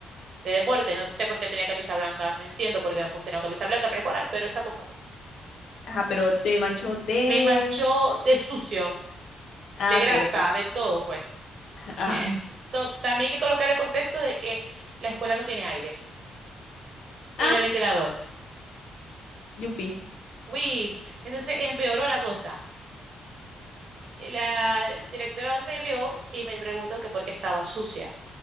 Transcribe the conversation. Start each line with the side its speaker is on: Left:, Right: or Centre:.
Right: de deporte. No sé por qué tenía camisa blanca, no entiendo por qué me pusieron camisa blanca preescolar, pero esa cosa pasa.
Left: Ajá, pero te manchó de...
Right: Me manchó de sucio,
Left: Ah,
Right: de grasa,
Left: ok, ok.
Right: de todo, pues.
Left: Ah,
Right: <laughs> To- También hay que colocar el contexto de que la escuela no tiene aire y
Left: ah,
Right: no hay ventilador.
Left: yupi.
Right: Uy, entonces empeoró la cosa. La directora me vio y me preguntó que por qué estaba sucia.